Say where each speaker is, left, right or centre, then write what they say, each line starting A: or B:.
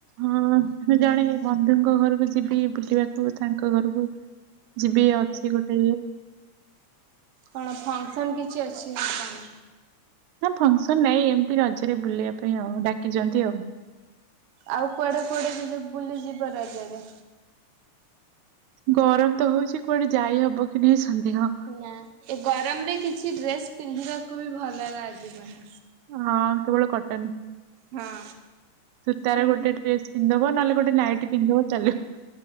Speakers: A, on the right; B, on the right.
A: ହଁ ମୁଁ ଜଣେ ବନ୍ଧୁଙ୍କ ଘରକୁ ଯିବି ବୁଲିବାକୁ ତାଙ୍କ ଘରକୁ। ଯିବି ଅଛି ଗୋଟେ
B: କଣ ଫଙ୍କସନ୍ କିଛି ଅଛି ନା କଣ?
A: ନା ଫଙ୍କସନ ନାଇଁ ଏମିତି ରଜରେ ବୁଲିବା ପାଇଁ ଆଉ ଡାକିଛନ୍ତି ଆଉ।
B: ଆଉ କୁଆଡେ କୁଆଡେ ଯେ ବୁଲି ଯିବା ରଜରେ?
A: ଗରମ ତ ହଉଛି କୁଆଡେ ଯାଇ ହବ କି ନାହିଁ ସନ୍ଦେହ?
B: ନା ଏ ଗରମରେ କିଛି ଡ୍ରେସ ପିନ୍ଧିବାକୁ ବି ଭଲ ଲାଗିବନି।
A: ହଁ କେବଳ କଟନ
B: ହଁ
A: ସୂତାର
B: ପିନ୍ଧିକି
A: ଗୋଟେ ଡ୍ରେସ୍ ପିନ୍ଧବ ନହେଲେ ଗୋଟେ ନାଇଟି ପିନ୍ଧବ ଚାଲିବ।